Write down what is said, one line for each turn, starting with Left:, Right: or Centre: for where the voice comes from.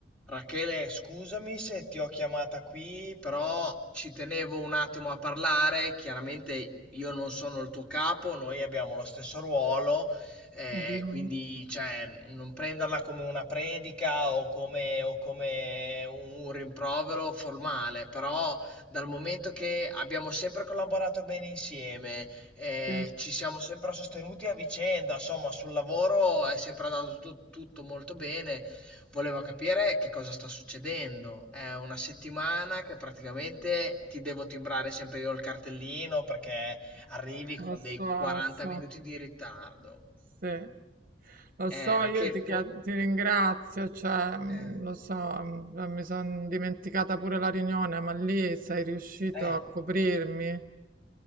Centre: Rachele, scusami se ti ho chiamata qui, però ci tenevo un attimo a parlare. Chiaramente io non sono il tuo capo, noi abbiamo lo stesso ruolo, eh,
Right: Dimmi
Centre: quindi cioè, non prenderla come una predica o come, o come un rimprovero formale, però dal momento che abbiamo sempre collaborato bene insieme, eh,
Right: se...
Centre: ci siamo sempre sostenuti a vicenda, insomma, sul lavoro è sempre andato tu- tutto molto bene. Volevo capire che cosa sta succedendo. È una settimana che praticamente ti devo timbrare sempre io il cartellino perché arrivi con
Right: Lo
Centre: dei
Right: so,
Centre: 40
Right: lo so,
Centre: minuti di ritardo.
Right: sì. Lo
Centre: Eh,
Right: so,
Centre: Rachele,
Right: io ti, chied-
Centre: poi...
Right: ti ringrazio, cioè, mh,
Centre: Eh,
Right: lo so, mh, mi sono dimenticata pure la riunione, ma lì sei riuscito
Centre: eh.
Right: a coprirmi.